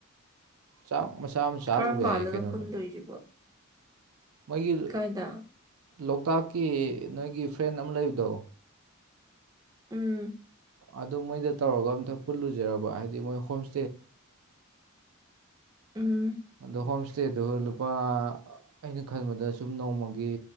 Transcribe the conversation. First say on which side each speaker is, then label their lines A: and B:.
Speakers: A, on the right; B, on the right.
A: ꯆꯥꯛ ꯃꯆꯥ ꯑꯃ ꯆꯥꯔꯨꯕ
B: ꯀꯔꯝ ꯀꯥꯟꯗꯅꯣ
A: ꯌꯥꯏꯌꯦ ꯀꯩꯅꯣꯗ
B: ꯄꯨꯟꯗꯣꯏꯁꯤꯕꯣ
A: ꯃꯣꯏꯒꯤ
B: ꯀꯥꯏꯗ
A: ꯂꯣꯛꯇꯥꯛꯀꯤ ꯅꯣꯏꯒꯤ ꯐ꯭ꯔꯦꯟ ꯑꯃ ꯂꯩꯕꯗꯣ
B: ꯎꯝ
A: ꯑꯗꯨ ꯃꯣꯏꯗ ꯇꯧꯔꯒ ꯑꯝꯇ ꯄꯨꯜꯂꯨꯖꯤꯔꯕ ꯍꯥꯏꯗꯤ ꯃꯣꯏ ꯍꯣꯝ
B: ꯎꯝ
A: ꯑꯗꯣ ꯍꯣꯝ ꯁꯇꯦꯗꯨ ꯂꯨꯄꯥ ꯑꯩꯅ ꯈꯟꯕꯗ ꯁꯨꯝ ꯅꯣꯡꯃꯒꯤ